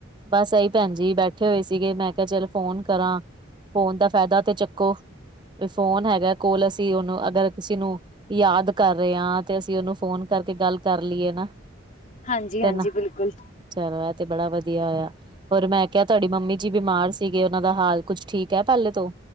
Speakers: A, on the right; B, on the left.
A: ਬਸ ਇਹੀ ਭੈਣ ਜੀ ਬੈਠੇ ਹੋਏ ਸੀਗੇ ਮੈਂ ਕਿਹਾ ਚਲ ਫੋਨ ਕਰਾਂ। ਫੋਨ ਦਾ ਫਾਇਦਾ ਤੇ ਚੱਕੋ, ਵੀ ਫੋਨ ਹੈਗਾ ਕੋਲ ਅਸੀਂ ਉਹਨੂੰ ਅਗਰ ਕਿਸੇ ਨੂੰ। ਯਾਦ ਕਰ ਰਹੇ ਹਾਂ, ਤੇ ਅਸੀਂ ਉਹਨੂੰ ਫੋਨ ਕਰਕੇ ਗੱਲ ਕਰ ਲਈਏ ਨਾ।
B: ਹਾਂਜੀ
A: ਤੇ
B: ਹਾਂਜੀ
A: ਨਾ
B: ਬਿਲਕੁਲ।
A: ਚਲੋ ਇਹ ਤੇ ਬੜਾ ਵਧੀਆ ਹੋਇਆ। ਹੋਰ ਮੈਂ ਕਿਹਾ ਤੁਹਾਡੀ ਮੰਮੀ ਜੀ ਬਿਮਾਰ ਸੀਗੇ, ਉਹਨਾਂ ਦਾ ਹਾਲ ਕੁੱਝ ਠੀਕ ਹੈ, ਪਹਿਲੇ ਤੋਂ।